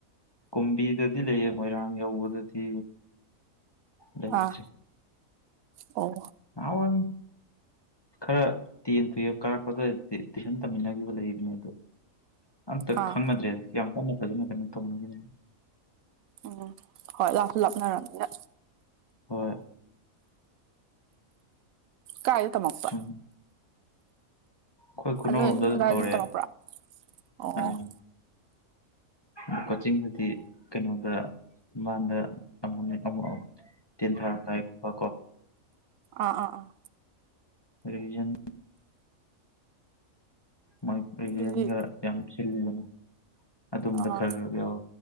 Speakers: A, on the left; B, on the right.
A: ꯀꯨꯝꯕꯤꯗꯗꯤ ꯂꯩꯌꯦ ꯃꯣꯏꯔꯥꯡ ꯌꯧꯕꯗꯗꯤ ꯂꯩꯇ꯭ꯔꯦ
B: ꯑꯥ ꯑꯣ
A: ꯑꯣꯏ ꯈꯔ ꯇꯦꯟ ꯇꯨꯌꯦꯜꯐ ꯀꯥꯔꯛꯄ ꯑꯗ꯭ꯋꯥꯏꯗꯗꯤ ꯇꯨꯏꯁꯟ ꯇꯝꯃꯤꯟꯅꯈꯤꯕ ꯂꯩꯕꯅꯦ ꯑꯗꯣ ꯑꯝꯇ
B: ꯑꯥ
A: ꯈꯪꯅꯗ꯭ꯔꯦ ꯌꯥꯝ ꯀꯟꯅ ꯐꯖꯅ ꯀꯩꯅꯣ ꯇꯧꯅꯒꯤꯗꯦ
B: ꯎꯝ ꯍꯣꯏ ꯂꯥꯞꯁꯨ ꯂꯥꯞꯅꯔꯕꯅꯤꯅ
A: ꯍꯣꯏ
B: ꯀꯥꯏꯗ ꯇꯝꯃꯛꯄ
A: ꯁꯨꯝ ꯑꯩꯈꯣꯏ ꯈꯨꯅꯧꯔꯣꯝꯗ
B: ꯅꯣꯏ
A: ꯑꯗꯨꯝ
B: ꯑꯗꯥꯏ
A: ꯇꯧꯔꯛꯑꯦ
B: ꯇꯝꯃꯛꯄ꯭ꯔꯥ ꯑꯣ
A: ꯎꯝ ꯑꯗꯣ ꯀꯣꯆꯤꯡꯗꯗꯤ ꯀꯩꯅꯣꯗ ꯏꯝꯕꯥꯟꯗ ꯇꯝꯃꯝꯃꯦ ꯑꯃꯨꯛ ꯑꯃꯨꯛ ꯇꯦꯟ ꯊꯥꯔꯝꯗꯥꯏꯒꯨꯝꯕ ꯀꯣ
B: ꯑꯥ ꯑꯥ ꯑꯥ
A: ꯔꯤꯖꯟ ꯃꯥꯏ ꯔꯤꯕꯤꯖꯟꯒ
B: ꯑꯗꯨꯗꯤ
A: ꯌꯥꯝ ꯁꯤꯜꯂꯤꯗꯅ ꯑꯗꯨꯝꯕ
B: ꯑꯥ
A: ꯈꯔ ꯈꯔ ꯌꯥꯎ